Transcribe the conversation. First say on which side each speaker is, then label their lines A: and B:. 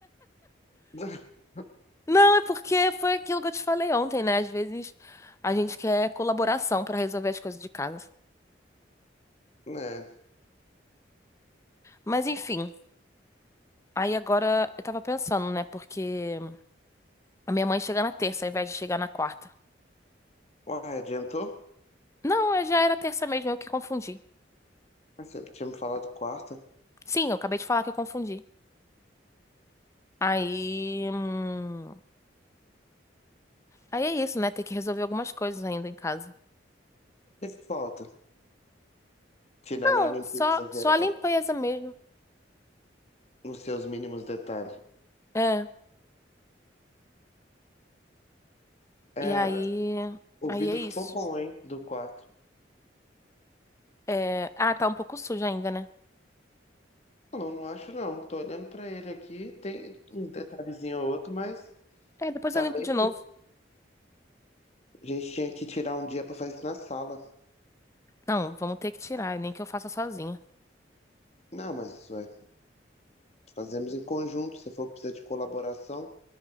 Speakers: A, on the left (about 35°); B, on the left (about 15°).
A: <laughs>
B: Não, é porque foi aquilo que eu te falei ontem, né? Às vezes a gente quer colaboração pra resolver as coisas de casa.
A: Né?
B: Mas enfim, aí agora eu tava pensando, né? Porque a minha mãe chega na terça ao invés de chegar na quarta.
A: Uai, adiantou?
B: Não, é- já era terça mesmo, eu que confundi.
A: Ah, Você tinha me falado quarta? O
B: Sim, eu acabei de falar que eu confundi. Aí, hum, aí é isso, né? Ter que resolver algumas coisas ainda em casa.
A: que que falta? Tirando
B: Não,
A: a limpeza
B: só
A: geral,
B: só a limpeza mesmo.
A: nos seus mínimos detalhes.
B: É.
A: É,
B: E aí,
A: o
B: aí
A: vidro
B: é isso.
A: ficou bom, hein, do quarto.
B: É, ah, tá um pouco sujo ainda, né?
A: Não, não acho não. Tô olhando pra ele aqui, tem um detalhezinho ou outro, mas
B: É, depois
A: tá
B: eu limpo
A: bem.
B: de novo.
A: A gente tinha que tirar um dia pra fazer isso na sala.
B: Não, vamos ter que tirar, nem que eu faça sozinha.
A: Não, mas ué, fazemos em conjunto. Se for precisar de colaboração,